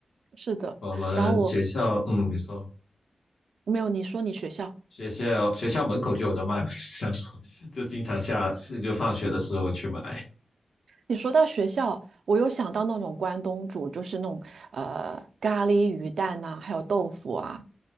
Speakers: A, on the right; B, on the left.
A: 是的。
B: 我们学校，
A: 然后我
B: 嗯，你说。
A: 没有你说你学校，
B: 学校学校门口就有的卖，<laughs> 我想说就经常下次就放学的时候去买。
A: 你说到学校，我又想到那种关东煮，就是那种呃咖喱鱼蛋呐、还有豆腐啊，